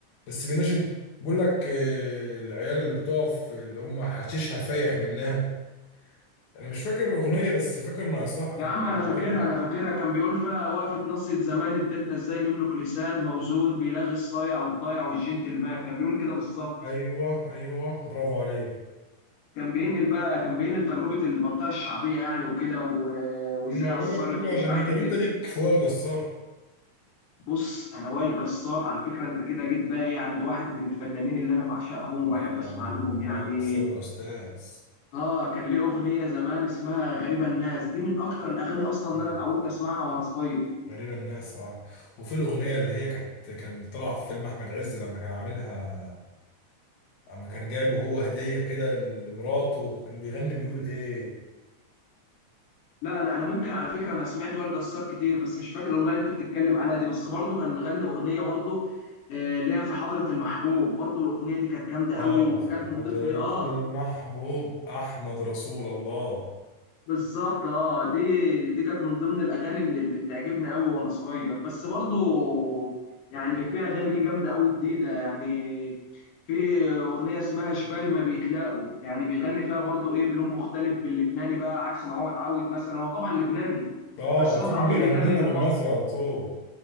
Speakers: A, on the left; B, on the left.
A: بس بيناشد بيقول لك آه، العيال اللي بتقف اللي هم حشيشها فايح منها انا مش فاكر الاغنيه بس فاكر ما صح
B: يا عم انا فاكرها
A: طيب
B: انا فاكرها كان بيقول فيها وقفه نصية زمان ادتنا ازاي نملك لسان موزون بيلغي الصايع والضايع والجنتلمان كان بيقول كده بالظبط
A: ايوه ايوه برافو عليك
B: كان بينقل بقى كان بينقل تجربه المنطقه الشعبيه يعني وكده و- وازاي
A: أمم، انا بقول
B: اثرت
A: لك كل اغانيه
B: ومش عارف
A: طب انت
B: ايه
A: ليك في وائل جسار
B: بص انا وائل جسار على فكره انت كده جيت بقى ايه عند واحد من الفنانين اللي انا بعشقهم وبحب
A: اه
B: اسمع لهم يعني
A: وائل جسار ده استاذ
B: اه كان ليه اغنيه زمان اسمها غريبه الناس دي من اكتر الاغاني اصلا
A: أمم،
B: اللي انا اتعودت اسمعها وانا صغير
A: غريبه الناس اه وفي الاغنيه اللي هي كانت كان طالعه في فيلم احمد عز لما كان عاملها اما كان جايبه هو هديه كده لمراته كان بيغني بيقول ايه
B: لا انا انا ممكن على فكره انا سمعت وائل جسار كتير بس مش فاكر الاغنيه اللي انت بتتكلم عليها دي بس برضو كان مغني اغنيه برضو آه ليها في حضره المحبوب برضو الاغنيه دي كانت جامده
A: اه
B: قوي وكانت
A: في حضرة
B: من ضمن اه
A: المحبوب احمد رسول الله
B: بالظبط اه دي دي كانت من ضمن الاغاني اللي, اللي بتعجبني قوي وانا صغير بس برضو يعني في اغاني ليه جامده قوي جديده يعني في اغنيه اسمها جبال ما بيتلاقوا يعني بيغني فيها برضو ايه بلون مختلف باللبناني بقى عكس ما هو اتعود مثلا هو طبعا لبناني
A: اه
B: بس هو
A: فكان
B: اتعود
A: بيغني
B: يغني
A: لنا
B: بالمصري
A: بالمصري على طول